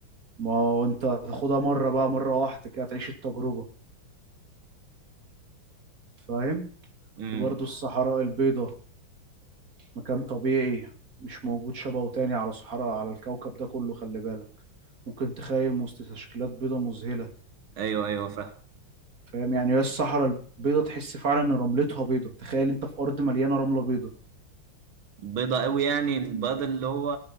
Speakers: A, on the right; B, on the right.
A: ما هو انت هتاخدها مرة بقى مرة واحدة كده تعيش التجربة فاهم
B: امم
A: في برضو الصحراء البيضاء مكان طبيعي مش موجود شبهه تاني على صحراء على الكوكب ده كله خلي بالك ممكن تخيم وسط تشكيلات بيضاء مذهلة
B: ايوه ايوه فاهم
A: فاهم يعني هي الصحراء البيضاء تحس فعلا ان رملتها بيضاء تخيل انت في ارض مليانة رملة بيضاء
B: بيضة أوي يعني البيض اللي هو